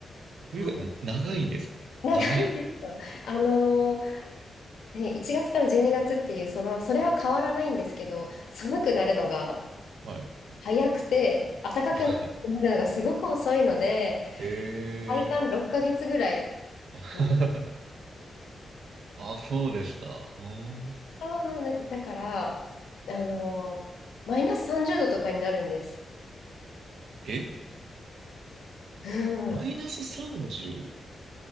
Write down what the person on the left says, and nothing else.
あの、長いんですよ。あの、ね、1月から12月っていう、その、それは変わらないんですけど、寒くなるのが
早くて、暖かくなるのがすごく遅いので、
体感6ヶ月ぐらい。
ん
そうなんです。だから、あのーマイナス30度とかになるんです。
<laughs> うん